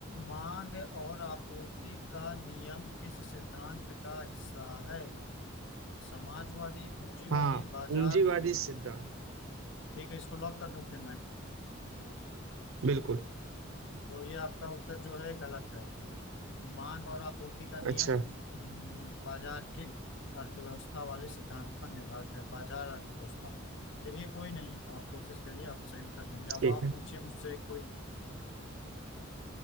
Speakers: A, on the left; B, on the right.
A: मांग और आपूर्ति का नियम किस सिद्धांत का हिस्सा है समाजवादी पूंजीवादी
B: हाँ
A: बाजार
B: पूंजीवादी
A: न्यूज
B: सिद्धांत
A: ठीक है इसको लॉक कर दूं फिर मैं
B: बिल्कुल
A: तो ये आपका उत्तर जो है गलत है मांग और आपूर्ति का नियम
B: अच्छा
A: हम्म, बाजार के अर्थव्यवस्था वाले सिद्धांत पर निर्धारित है बाजार अर्थव्यवस्था चलिए कोई नहीं आप कोशिश करिए आप सही उत्तर देंगे अब
B: ठीक
A: आप
B: है
A: पूछिए मुझसे कोई